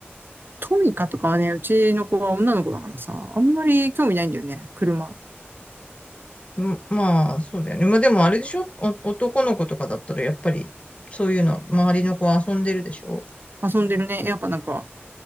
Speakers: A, on the right (about 55°); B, on the left (about 30°).
A: トミカとかはね、うちの子は女の子だからさ、あんまり興味ないんだよね、車。
B: うん、まあ、そうだよね。まあでもあれでしょお、男の子とかだったらやっぱり、そういうの、周りの子は遊んでるでしょ
A: 遊んでるね。やっぱなんか、